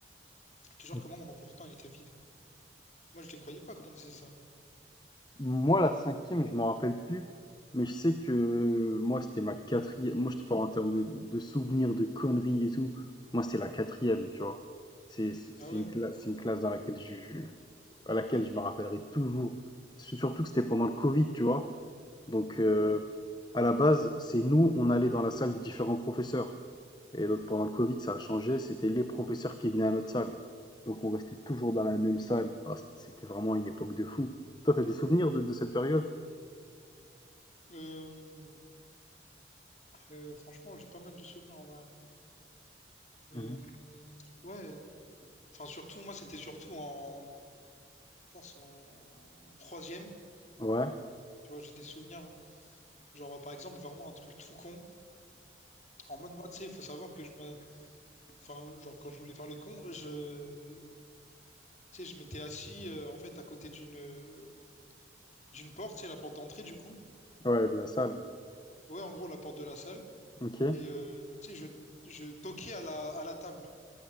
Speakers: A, on the left; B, on the left.
A: Je te jure
B: ouais.
A: que moi, mon emploi du temps, il était vide. Moi, je les croyais pas quand on me disait ça.
B: Moi, la cinquième, je m'en rappelle plus, mais je sais que euh, moi, c'était ma quatrième. Moi, je te parle en termes de, de, de souvenirs, de conneries et tout. Moi, c'était la quatrième, tu vois. C'est c'est- c'est
A: Ah ouais.
B: une classe, c'est une classe dans laquelle je, je- à laquelle je me rappellerai toujours. Surtout que c'était pendant le Covid, tu vois. Donc,
A: Mm.
B: euh, à la base, c'est nous, on allait dans la salle des différents professeurs. Et donc, pendant le Covid, ça a changé. C'était les professeurs qui venaient à notre salle. Donc, on restait toujours dans la même salle. Ah, c'était vraiment une époque de fou. Toi, t'as des souvenirs de, de cette période?
A: Euh, Euh, franchement, j'ai pas mal de souvenirs en vrai. hein. Euh,
B: Mhm.
A: ouais, enfin surtout, moi c'était surtout en, je pense en troisième.
B: Ouais,
A: Tu vois, j'ai des souvenirs, genre par exemple vraiment un truc tout con. En mode moi, tu sais, il faut savoir que je me, enfin genre quand je voulais faire le con, je, tu sais, je m'étais assis euh, en fait à côté d'une, euh, d'une porte, c'est la porte d'entrée du coup.
B: ouais, de la salle.
A: Ouais, en gros la porte de la salle.
B: Ok.
A: Et euh, tu sais, je, je toquais à la, à la table.